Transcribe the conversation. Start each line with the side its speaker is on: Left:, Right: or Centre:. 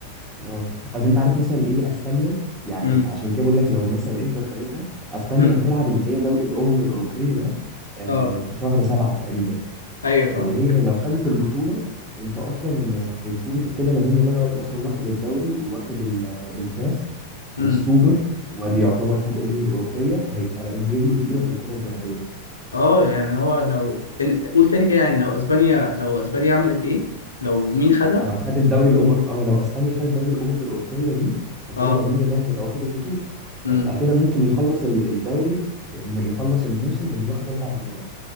Right: اه اصل انت عارف مثلا ايه اسبانيا يعني
Left: امم
Right: عشان كده بقول لك لو مثلا انتر خدتها اسبانيا
Left: امم
Right: هتلعب اللي هي دوري الامم الاوروبيه ده آه،
Left: اه
Right: في شهر سبعة تقريبا
Left: ايوه فاهمك
Right: فاللي هي هي لو خدت البطولة انت اصلا هيكون كده لامين يامال مثلا واخد الدوري وواخد ال- الكاس
Left: امم
Right: والسوبر وادي
Left: و-
Right: يعتبر خد امم الاوروبيه فهيبقى رجله تقيله في الكره الذهبيه
Left: اه يعني هو لو إن- قول تاني كده يعني لو اسبانيا لو اسبانيا عملت ايه لو مين خدها
Right: لو خد الدوري الامم اه لو اسبانيا خدت دوري الامم الاوروبيه دي فكده
Left: اه
Right: لامين يامال هيبقى واخد البطوله
Left: امم
Right: فيبقى كده ممكن يخلص ال- الدوري بإما يخلص الموسم بانه واخد اربع بطولات